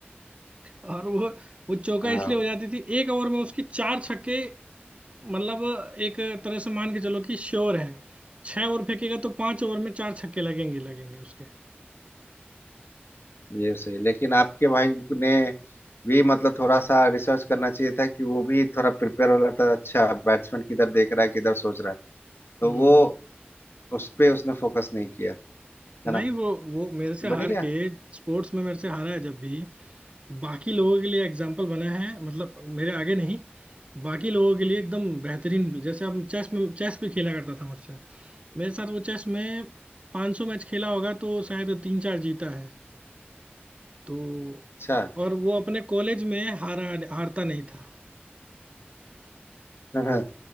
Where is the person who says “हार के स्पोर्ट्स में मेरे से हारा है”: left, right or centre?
Right